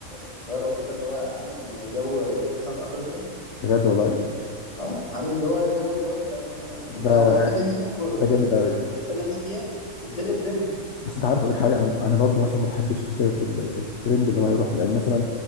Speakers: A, on the left; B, on the left.
A: في القاهره وكده اللي هو عامل جو جاتا سان اندرس ده
B: بجد والله
A: اه عامل اللي هو جو البار بتاع سان اندرس
B: <laughs>
A: انت
B: ده
A: لو عملت ده هنا في
B: ده جامد
A: في
B: قوي
A: في الحته اللي احنا فيها هتقلب الدنيا
B: بس انت عارف اقول لك حاجه انا انا برضو مثلا ما بحبش فكره ال- الترند اللي هو يروح يعني مثلا